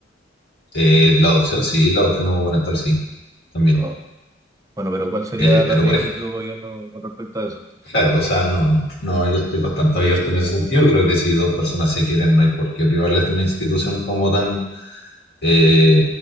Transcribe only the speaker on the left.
la adopción sí, la adopción gubernamental sí, también.
Eh,
pero
por ejemplo,
claro, o sea, no, no, yo estoy bastante abierto en ese sentido. Creo que si dos personas se quieren, no hay por qué privarles de una institución como tan eh,